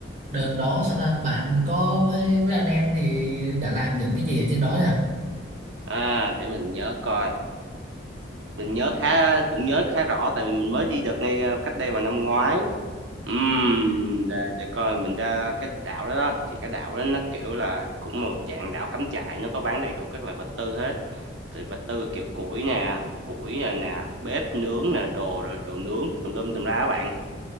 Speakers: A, on the right; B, on the right.
A: đợt đó sao ta bạn có với với anh em thì đã làm những cái gì ở trên đó nhỉ
B: à, để mình nhớ coi, mình nhớ khá cũng nhớ khá rõ tại vì mình mới đi đợt này, ơ, cách đây vào năm ngoái. Ừm, để để coi mình ra cái đảo đó đó, thì cái đảo đó nó, kiểu là, cũng một dạng đảo cắm trại, nó có bán đầy đủ các loại vật tư hết, thì vật tư là kiểu củi nè, củi nè nè, bếp nướng nè, đồ đồ nướng tùm lum tùm la á bạn.